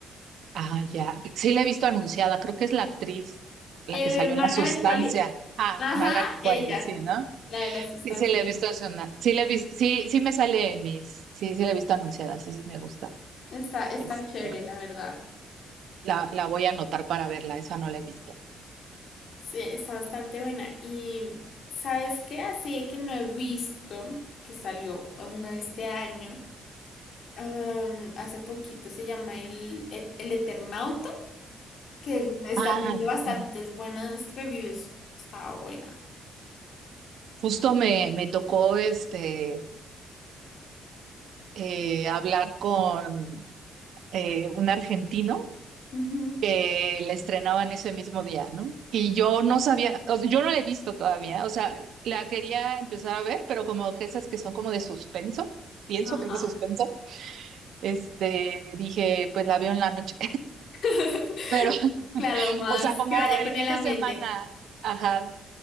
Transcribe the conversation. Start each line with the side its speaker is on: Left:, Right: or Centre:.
Right: Ah, ya, sí la he visto anunciada, creo que es la actriz,
Left: Eh,
Right: la que salió
Left: Margaret
Right: en La Sustancia.
Left: Qualley.
Right: Ah,
Left: Ajá,
Right: Margaret Qualley,
Left: ella,
Right: sí, ¿no?
Left: la de las sustancias.
Right: Sí, sí la he visto anunciada. Sí, la he vis- sí, sí me sale en mis, sí, sí la he visto anunciada, sí, sí me gusta.
Left: Está, está
Right: Este,
Left: chévere, la verdad.
Right: la, la voy a anotar para verla, esa no la he visto.
Left: Sí, está bastante buena. Y ¿sabes qué? Así de que no he visto que salió una este año. am, hace poquito se llama El, Et- El Eternauta, que le están
Right: Ah,
Left: viendo
Right: ya.
Left: bastantes
Right: Ujú.
Left: buenas reviews. Estaba buena.
Right: Justo me, me tocó este eh, hablar con eh, un argentino
Left: Ujú.
Right: que la estrenaban ese mismo día, ¿no? Y yo no sabía, o sea, yo no la he visto todavía, o sea, la quería empezar a ver, pero como esas que son como de suspenso, pienso
Left: Ajá.
Right: que es de suspenso, este, dije, pues la veo en la noche.
Left: <laughs>
Right: Pero, <laughs>
Left: Claro, más
Right: o sea, como
Left: que vaya
Right: el
Left: con
Right: fin
Left: el
Right: de
Left: ambiente.
Right: semana, ajá.